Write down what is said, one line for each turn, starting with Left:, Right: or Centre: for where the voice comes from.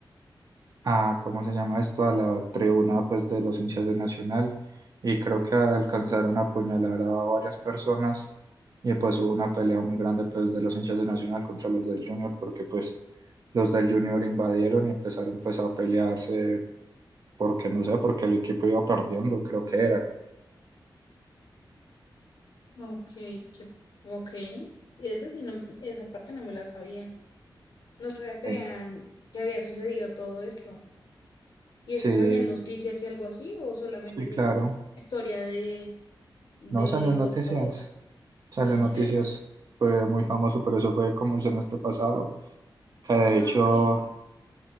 Right: a, ¿cómo se llama esto? A la tribuna pues de los hinchas de Nacional y creo que alcanzaron a apuñalar a varias personas y pues hubo una pelea muy grande pues de los hinchas de Nacional contra los del Junior porque pues los del Junior invadieron y empezaron pues a pelearse porque no sé, porque el equipo iba perdiendo, creo que era.
Left: Ok, qué- ok. Eso sí, no, esa parte no me la sabía. No sabía que
Right: Sí,
Left: habían, que había sucedido todo esto. ¿Y eso
Right: sí,
Left: salió en noticias y algo así? ¿O solamente
Right: sí,
Left: fue
Right: claro.
Left: como historia de, de
Right: No salió en
Left: voz
Right: noticias.
Left: a voz?
Right: Salió
Left: ¿En
Right: en noticias.
Left: serio?
Right: Fue muy famoso, pero eso fue como el semestre pasado. Que de
Left: Ah,
Right: hecho
Left: ok,